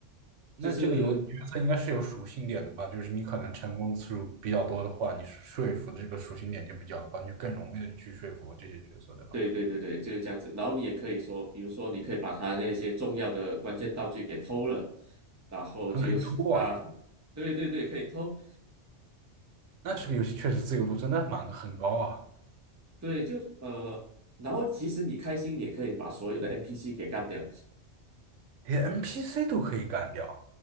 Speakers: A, on the right; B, on the right.
A: 那这个游角色应该是有属性点的吧？
B: 就是
A: 就是你可能成功次数比较多的话，你说服这个属性点就比较高，你就更容易的去说服这些角色，对吧？
B: 对对对对，就是这样子。然后你也可以说，比如说，你可以把他那些重要的关键道具给偷了，然后就
A: 还可以偷啊，
B: <laughs> 啊，对对对，可以偷，
A: 那这个游戏确实自由度真的蛮很高啊，
B: 对，就呃，然后其实你开心，你也可以把所有的 NPC 给干掉，
A: 连 NPC 都可以干掉。